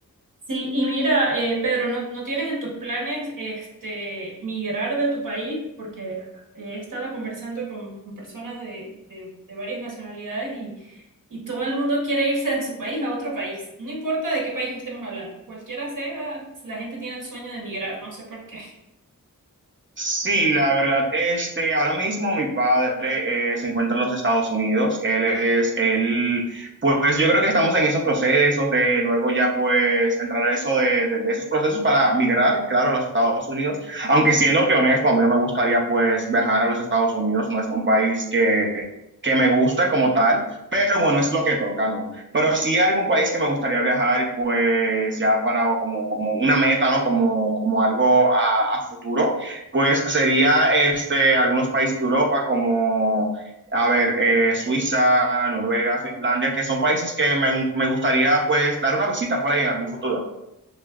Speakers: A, on the right (about 60°); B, on the right (about 35°).
A: Sí, y mira, eh, Pedro, ¿no, no tienes en tus planes este, migrar de tu país? Porque he estado conversando con, con personas de, de, de varias nacionalidades y, y todo el mundo quiere irse de su país a otro país. No importa de qué país estemos hablando, cualquiera sea, la gente tiene el sueño de migrar, no sé por qué. <laughs>
B: Sí, la verdad, este, ahora mismo mi padre eh, se encuentra en los Estados Unidos. Él es, él, pues yo creo que estamos en esos procesos de luego ya pues entrar a eso de, de- de esos procesos para migrar, claro, a los Estados Unidos. Aunque siéndote honesto, a mí no me gustaría pues viajar a los Estados Unidos, no es un país que, que me gusta como tal, pero bueno, es lo que toca, ¿no? Pero sí hay algún país que me gustaría viajar y pues ya para como, como una meta, ¿no? Como, como algo a a futuro. Pues sería este, algunos países de Europa como, a ver, eh, Suiza, Noruega, Finlandia, que son países que me, me gustaría pues dar una visita por ahí en algún futuro.